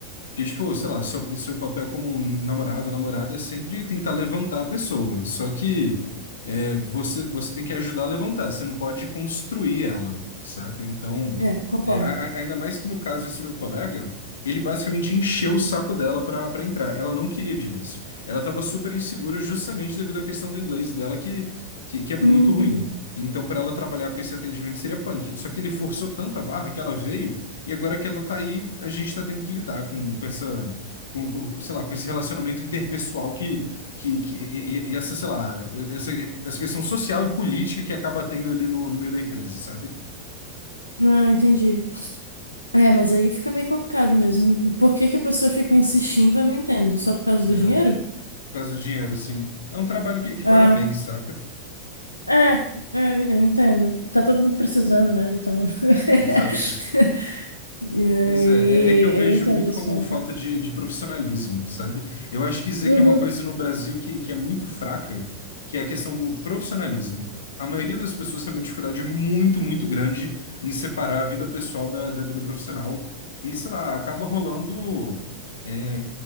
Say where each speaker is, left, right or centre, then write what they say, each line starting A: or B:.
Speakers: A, on the left; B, on the left.
A: Que, tipo, sei lá, seu, seu papel como um namorado, namorada é sempre tentar levantar a pessoa. Só que é, você, você tem que ajudar a levantar, você não pode construir ela, saca? Então,
B: É, é, concordo.
A: é, a- a- ainda mais que no caso desse meu colega, ele basicamente encheu o saco dela para para entrar. Ela não queria de início. Ela estava super insegura justamente devido à questão do inglês dela, que, que, que é muito
B: Hum,
A: ruim. Então, para ela trabalhar com esse atendimento seria punk. Só que ele forçou tanta barra que ela veio. E agora que ela tá aí, a gente tá tendo que lidar com, com essa, com, sei lá, com esse relacionamento interpessoal que, que, que e, e- e essa, sei lá, essa, essa questão social e política que acaba tendo ali no, no meio da empresa, sabe?
B: não, entendi. É, mas aí fica meio complicado mesmo. Por que que a pessoa fica insistindo, eu não entendo. Só por causa
A: Né?
B: do dinheiro?
A: Por causa do dinheiro, sim. É um trabalho que, que
B: Ah,
A: paga bem, saca?
B: É, é, eu entendo. Tá todo mundo precisando, né? Então. <laughs>
A: Exato.
B: E aí,
A: Mas é, é, é que eu vejo
B: eu entendo
A: muito
B: esse
A: como
B: ponto.
A: falta de, de profissionalismo, sabe? Eu acho que isso
B: Uhum,
A: aqui é uma coisa no Brasil que, que é muito fraca, que é a questão do profissionalismo. A maioria das pessoas tem uma dificuldade muito, muito grande em separar a vida pessoal da, da vida profissional. E, sei lá, acaba rolando é,